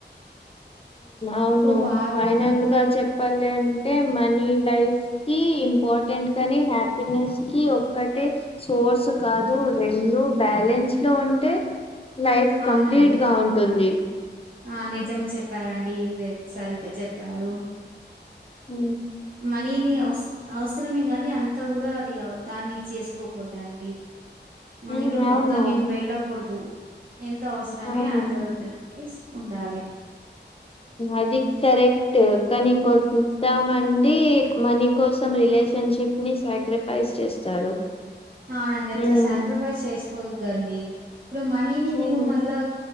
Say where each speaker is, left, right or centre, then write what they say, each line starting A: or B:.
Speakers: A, on the left; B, on the right.
A: అవును
B: ఇప్పుడు బాగా
A: ఫైనల్
B: ఇప్పుడు ఇప్పుడు
A: గా చెప్పాలి అంటే మనీ లైఫ్ కి ఇంపార్టెంట్ కానీ హ్యాపీనెస్ కి ఒక్కటే సోర్స్ కాదు రెండు బ్యాలెన్స్ లో ఉంటే లైఫ్
B: అవునండి
A: కంప్లీట్ గా ఉంటుంది
B: ఆ నిజం చెప్పారండి ఇదేప్ సరిగ్గా చెప్పారు
A: ఊ
B: మనీని అవస అవసరమే గాని అంతా కూడా అది దాన్ని చేసుకోకూడదండి మనీలో
A: హ్మ్.
B: మొత్తం
A: అవును.
B: మేము వెళ్ళకూడదు ఎంత అవసరమే
A: అవును.
B: అంత వద్దండి ఇస్ ఉండాలే
A: అది కరెక్ట్ కానీ కొంత మంది మనీ కోసం రిలేషన్షిప్ని సాక్రిఫైస్ చేస్తారు
B: అవునండి అట్ల
A: హ్మ్.
B: సరిఫీస్ చేసుకోవద్దండి ఇప్పుడు మనీని
A: హ్మ్.
B: మేము మళ్ళా